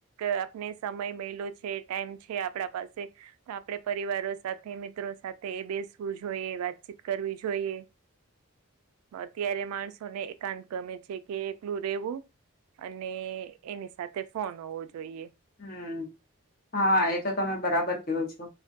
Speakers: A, on the right; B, on the left.
A: આપને સમય મલીયો છે ટાઈમ છે આપણા પાસે તો આપડે પરિવારો સાથે મિત્રો સાથે બેસવું જોઈએ વાતચીત કરવી જોઈએ
B: <inaudible>
A: અત્યારે માણસોને એકાંત ગમે છે. કે એકલું રેવું અને એની સાથે ફોન હોવો જોઈએ
B: હમ્મ હા એ તો તમે બરાબર કેવો છો